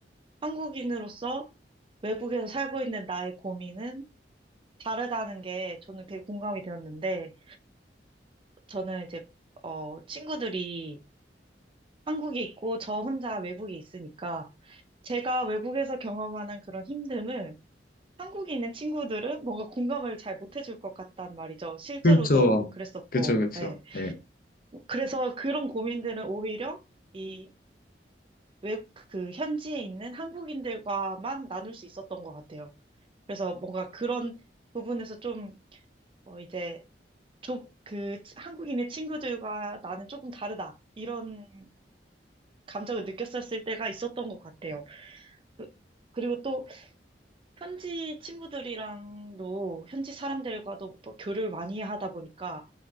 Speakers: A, on the right; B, on the left.
A: 한국인으로서 외국에서 살고 있는 나의 고민은 다르다는 게 저는 되게 공감이 되었는데, 저는 이제, 어, 친구들이 한국에 있고 저 혼자 외국에 있으니까, 제가 외국에서 경험하는 그런 힘듦을 한국에 있는 친구들은 뭔가 공감을 잘 못해줄 것 같단 말이죠. 실제로도
B: 그렇죠.
A: 그랬었고,
B: 그렇죠, 그렇죠.
A: 예.
B: 네.
A: 그래서 그런 고민들은 오히려 이 외국 그 현지에 있는 한국인들과만 나눌 수 있었던 것 같아요. 그래서 뭔가 그런 부분에서 좀 어, 이제 좀그 한국인의 친구들과 나는 조금 다르다 이런 감정을 느꼈었을 때가 있었던 것 같아요. 그, 그리고 또 현지 친구들이랑도 현지 사람들과도 뭐 교류를 많이 하다 보니까